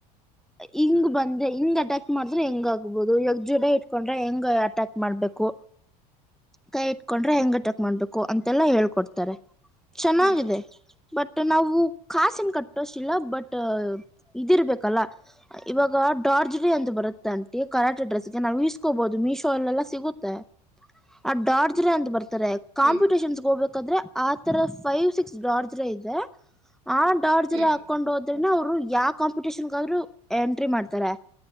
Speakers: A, in the centre; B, on the right.
A: ಹಿಂಗ ಬಂದ್ರೆ ಹಿಂಗ್ ಅಟ್ಯಾಕ್ ಮಾಡಿದ್ರೆ ಹೆಂಗ ಆಗತ್ತ ಆಗಬಹುದು ಇವಾಗ ಜೂಡ ಇಟ್ಕೊಂಡ್ರೆ ಹೆಂಗ್ ಅಟ್ಯಾಕ್ ಮಾಡ್ಬೇಕು. ಕೈ ಇಟ್ಕೊಂಡ್ರೆ ಹೆಂಗ ಅಟ್ಯಾಕ ಮಾಡ್ಬೇಕು ಅಂತೆಲ್ಲಾ ಹೇಳ್ಕೊಡ್ತಾರೆ. ಚೆನ್ನಾಗಿದೆ
B: ಹ್ಮ್
A: ಬಟ್ ನಾವು ಕಾಸೆನ್ ಕಟ್ಟೋಷ್ಟಿಲ್ಲ ಬಟ್ ಇದಿರ್ಬೇಕಲ್ಲ ಇವಾಗ ಡಾರ್ಜ್ ಡೇ ಅಂದು ಬರುತ್ತೆ ಅಂತ ಕರೆಕ್ಟ್ ಅಡ್ರೆಸ್ಗೆ ನಾವು ಈ ಇಸ್ಕೋಬಹುದು ಮೀಶೋ ಅಲ್ಲೆಲ್ಲಾ ಸಿಗುತ್ತೆ. ಆ ಡಾರ್ಜ್ರೆ ಅಂತ ಬರ್ತಾರೆ. ಕಾಂಪಿಟಿಷನ್ಸ್
B: ಹ್ಮ್
A: ಹೋಗಬೇಕಾದ್ರೆ ಆತರ ಫೈವ್ ಸಿಕ್ಸ್ ಡಾರ್ಜ್ರ ಇದೆ. ಆ ಡಾರ್ಜರ್
B: ಹ್ಮ್
A: ಹಾಕೊಂಡ್ ಹೋದ್ರೆನ ಅವ್ರು ಯಾವ ಕಾಂಪಿಟೇಷನ್ಗ ಆದ್ರು ಎಂಟ್ರಿ ಮಾಡ್ತಾರೆ.